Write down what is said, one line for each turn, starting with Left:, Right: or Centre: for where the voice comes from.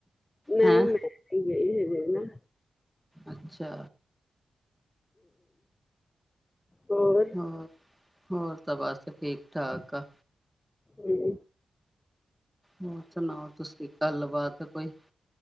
Left: ਨਹੀ
Centre: ਹੈਂ
Left: ਮਿਲੇ ਕੀਜ ਹੈ ਹਨਾ।
Centre: ਅੱਛਾ।
Left: ਹੋਰ
Centre: ਹੋਰ, ਹੋਰ ਤਾਂ ਬਸ ਠੀਕ -ਠਾਕ ਆ।
Left: ਹਮ।
Centre: ਹੋਰ ਸੁਣਾਓ, ਤੁਸੀਂ ਗੱਲ ਬਾਾਤ ਕੋਈ?